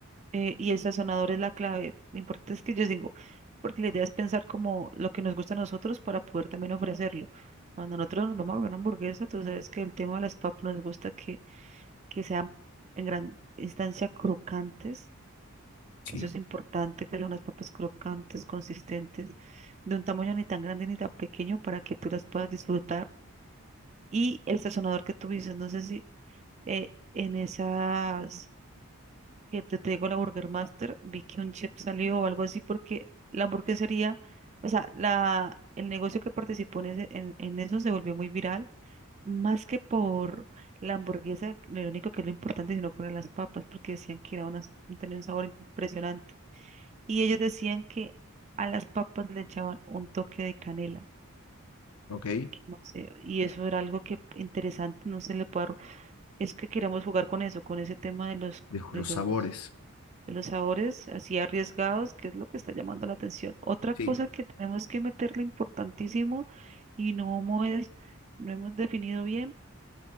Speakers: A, on the right; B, on the left.
A: eh, y el sazonador es la clave. Lo importante es que yo digo, porque la idea es pensar como lo que nos gusta a nosotros para poder también ofrecerlo. Cuando nosotros nos vamos a comer una hamburguesa, tú sabes que el tema de las papas nos gusta que, que sean en gran instancia crocantes
B: Sí,
A: que eso es importante, que son unas papas crocantes, consistentes, de un tamaño ni tan grande ni tan pequeño para que tú las puedas disfrutar. Y el sazonador que tú dices, no sé si eh, en esas que te, te digo la Burger Master, vi que un chef salió o algo así, porque la hamburguesería, o sea, la, el negocio que participó en, ese- en, en eso se volvió muy viral. Más que por la hamburguesa, lo único que es lo importante, sino por las papas, porque decían que era unas, tenía un sabor impresionante. Y ellos decían que a las papas le echaban un toque de canela,
B: ok,
A: que no sé, y eso era algo que interesante, no se le puede, arru- es que queremos jugar con eso, con ese tema de los,
B: dejo
A: de
B: los
A: los,
B: sabores,
A: de los sabores así arriesgados, que es lo que está llamando la atención. Otra
B: sí,
A: cosa que tenemos que meterle importantísimo y no hemos, no hemos definido bien